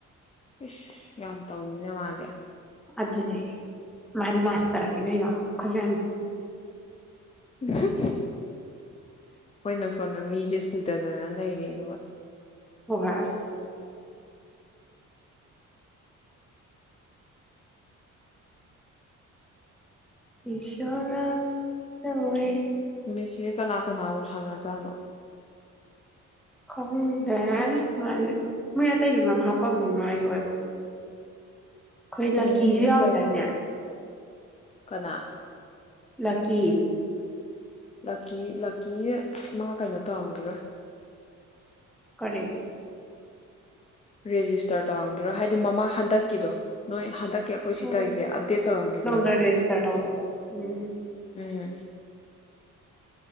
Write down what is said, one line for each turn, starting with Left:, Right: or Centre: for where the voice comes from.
Left: ꯏꯁꯁ ꯌꯥꯝ ꯇꯧꯃꯤꯅ ꯃꯥꯗꯤ꯫
Centre: ꯑꯗꯨꯅꯦ꯫ ꯃꯥꯅꯦ ꯃꯥꯁꯇꯔꯅꯤ ꯀꯩꯅꯣ ꯈꯣꯏꯌꯟꯒꯤ꯫
Left: ꯎꯝꯍꯨꯝ꯫ ꯍꯣꯏꯅꯁꯨ꯫ ꯁꯣꯝꯗ ꯃꯤꯁꯦ ꯁꯨꯗꯗꯅ ꯂꯩꯔꯦ ꯑꯗꯨꯒ꯫
Centre: ꯑꯣ ꯍꯥꯏ꯫ ꯏ ꯁꯤꯌꫭ꯫ ꯂ ꯇꯧꯑꯦ꯫
Left: ꯃꯤꯁꯤ ꯀꯅꯥ ꯀꯅꯥꯕꯨ ꯁꯥꯟꯅꯖꯥꯠꯅꯣ꯫
Centre: ꯈꯪꯗꯦ ꯃꯥ ꯃꯣꯏ ꯑꯇꯩꯁꯨ ꯃꯌꯥꯝ ꯍꯥꯞꯄꯝꯅꯤ ꯃꯥ ꯑꯣꯏꯗꯤ꯫ ꯑꯈꯣꯏ
Left: ꯎꯝ
Centre: ꯂꯛꯀꯤꯁꯨ ꯌꯥꯎꯒꯤꯗꯥꯏꯅ‌ꯦ꯫
Left: ꯀꯩꯅꯣ ꯀꯅꯥ꯫
Centre: ꯂꯛꯀꯤ꯫
Left: ꯂꯛꯀꯤ ꯂꯛꯀꯤꯁ‌ꯦ ꯃꯥ ꯀꯩꯅꯣ ꯇꯧꯔꯝꯒꯤꯔꯣꯏ꯫
Centre: ꯀꯔꯤ꯫
Left: ꯔꯦꯖꯤꯁꯇꯔ ꯇꯧꯔꯝꯒꯤꯔꯣ ꯍꯥꯏꯗꯤ ꯃꯃꯥ ꯍꯟꯗꯛꯀꯤꯗꯣ ꯅꯣꯏ ꯍꯟꯗꯛ꯫ ꯑꯈꯣꯏ ꯁꯤꯇꯧꯁꯦ
Centre: ꯎꯝ
Left: ꯑꯞꯗꯦꯠ ꯇꯧꯔꯝꯒꯤꯔꯣꯏꯕ
Centre: ꯅꯧꯅ ꯔꯦꯖꯤꯁꯇꯔ ꯇꯧꯗꯣꯏꯕ ꯎꯝ
Left: ꯎꯝ꯫